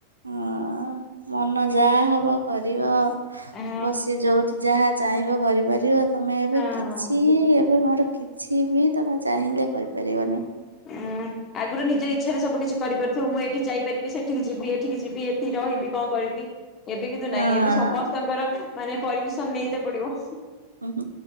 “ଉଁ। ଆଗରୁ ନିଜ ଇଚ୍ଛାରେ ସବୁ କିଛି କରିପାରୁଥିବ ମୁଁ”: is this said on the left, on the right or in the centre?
Left